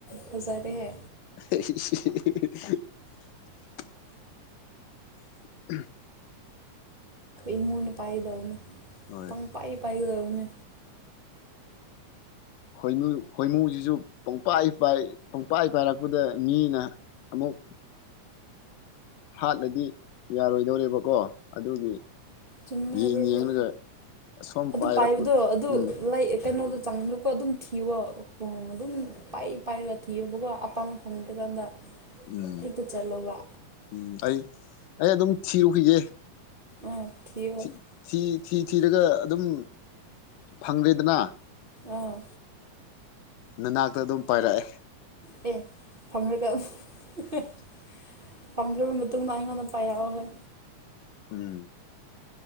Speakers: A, on the right (about 30°); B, on the left (about 85°).
A: ꯐꯖꯔꯦꯍꯦ
B: <unintelligible> <unintelligible>
A: ꯏꯃꯨꯅ ꯄꯥꯏꯒꯗꯕꯅꯦ
B: ꯍꯣꯏ
A: ꯄꯪꯄꯥꯏ ꯄꯥꯏꯒꯗꯕꯅꯦ
B: ꯈꯣꯏꯃꯨ ꯈꯣꯏꯃꯨꯖꯤꯖꯨ ꯄꯪꯄꯥꯏ ꯄꯥꯏ ꯄꯪꯄꯥꯏ ꯄꯥꯏꯔꯛꯄꯗ ꯃꯤꯅ ꯑꯃꯨꯛ ꯍꯥꯠꯂꯗꯤ ꯌꯥꯔꯣꯏꯗꯧꯔꯦꯕꯀꯣ ꯑꯗꯨꯒꯤ
A: ꯆꯨꯝꯃꯦ
B: ꯌꯦꯡ
A: ꯑꯗꯨꯁꯨ
B: ꯌꯦꯡꯂꯒ ꯑꯁꯣꯝ
A: ꯑꯗꯨ
B: ꯄꯥꯏꯔꯛꯄ
A: ꯄꯥꯏꯕꯗꯣ ꯑꯗꯨ
B: ꯎꯝ
A: ꯀꯩꯅꯣꯗ ꯑꯗꯨꯀꯣꯑꯗꯨꯝ ꯊꯤꯌꯕ ꯈꯣꯡ ꯑꯗꯨꯝ ꯄꯥꯏ ꯄꯥꯏꯔꯒ ꯊꯤꯌꯣꯕꯀꯣ ꯑꯄꯥꯝꯕ ꯐꯪꯗ꯭ꯔꯀꯥꯟꯗ
B: ꯎꯝ
A: ꯍꯦꯛꯇ ꯆꯠꯂꯣꯕ
B: ꯎꯝ ꯑꯩ ꯑꯩ ꯑꯗꯨꯝ ꯊꯤꯔꯨꯈꯤꯒꯦ
A: ꯑꯥ ꯊꯤꯌꯣ
B: ꯊꯤ ꯊꯤ ꯊꯤ ꯊꯤꯔꯒ ꯑꯗꯨꯝ ꯐꯪꯗꯦꯗꯅ
A: ꯑꯥ
B: ꯅꯅꯥꯛꯇ ꯑꯗꯨꯝ ꯄꯥꯏꯔꯛꯑꯦ
A: ꯑꯦ ꯐꯝꯂꯒ <unintelligible> <unintelligible> ꯑꯩꯉꯣꯟꯗ ꯄꯥꯏꯔꯛꯑꯣ ꯍꯦ
B: ꯎꯝ